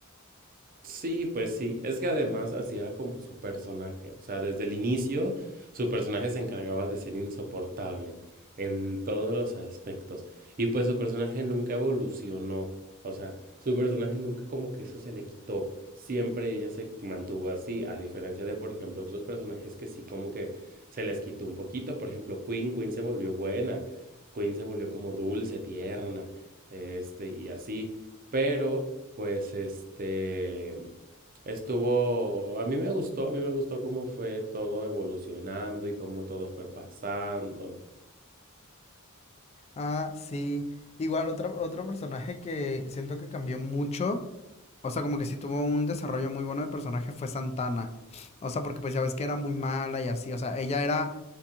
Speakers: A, on the right; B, on the left.
A: Sí, pues sí, es que además así era como su personaje, o sea, desde el inicio su personaje se encargaba de ser insoportable en todos los aspectos y pues su personaje nunca evolucionó, o sea, su personaje nunca como que eso se le quitó, siempre ella se mantuvo así, a diferencia de por ejemplo otros personajes que sí como que se les quitó un poquito, por ejemplo Queen, Queen se volvió buena, Queen se volvió como dulce, tierna, este y así, pero pues este estuvo, a mí me gustó, a mí me gustó cómo fue todo evolucionando y cómo todo fue pasando.
B: Ah, sí. Igual otro, otro personaje que siento que cambió mucho. O sea, como que sí tuvo un desarrollo muy bueno de personaje fue Santana. O sea, porque pues ya ves que era muy mala y así. O sea, ella era